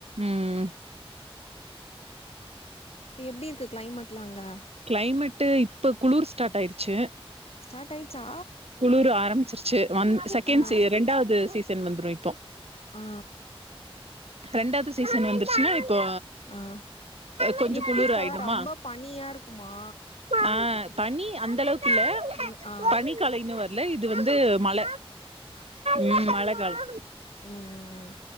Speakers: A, on the right (about 85°); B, on the left (about 80°).
A: ம்
B: இப்ப எப்டி இருக்கு கிளைமேட்லா அங்க
A: கிளைமேட்டு இப்போ குளிர் ஸ்டார்ட் ஆயிருச்சு
B: ஸ்டார்ட் ஆயிச்சா
A: குளுரு ஆரம்பிச்சிருச்சு ஒன் செகண்ட்ஸ்ஸு
B: ஆ
A: ரெண்டாவ்து சீஸ் சன் வந்துடு இப்போ
B: ஆ
A: ரெண்டாவ்து சீசன் வந்துருச்சுன்னா இப்போ
B: அ
A: கொஞ்சோ
B: எப்டிக்கா
A: குளுர் ஆயிடுமா
B: ரம்ப பனியா இருக்குமா
A: ஆ பனி அந்தளவுக் இல்ல
B: அந் ஆ
A: பனி காலம் இன்னும் வர்ல இது வந்து மழ ம் மழக்காலம்
B: ம் ம் ம்